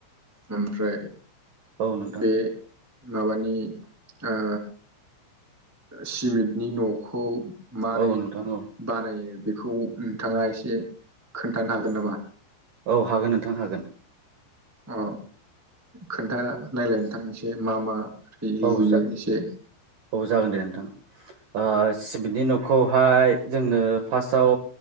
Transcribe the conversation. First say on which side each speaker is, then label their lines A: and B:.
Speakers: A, on the right; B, on the right.
A: ओमफ्राय
B: औ नोंथां
A: बे माबानि ओ सिमेन्टनि न'खौ मारै?
B: औ नोंथां औ
A: बानायो बेखौ नोंथाङा एसे खोनथानो हागोन नामा?
B: औ हागोन नोंथां हागोन।
A: अ खोन्थानालायनो थां एसे मा मा
B: औ
A: लुयो
B: जा
A: एसे?
B: औ जागोन दे नोंथां ओ सिबिटनि न'खौहाय जोंनो फार्स्टआव